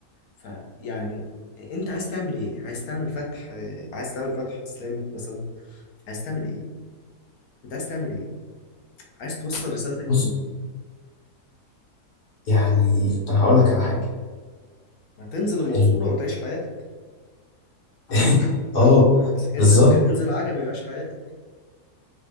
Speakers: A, on the left (about 70°); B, on the left (about 80°).
A: فيعني انت عايز تعمل ايه عايز تعمل فتح عايز تعمل فتح اسلامي مثلا عايز تعمل ايه انت عايز تعمل ايه عايز توصل رسالتك
B: بص
A: لمين
B: يعني انا هقول لك على حاجه
A: ما تنزل المنصورة
B: ال-
A: وتعيش حياتك
B: <laughs> اه
A: بس انزل
B: بالظبط
A: اسك- انزل عجمي وعيش حياتك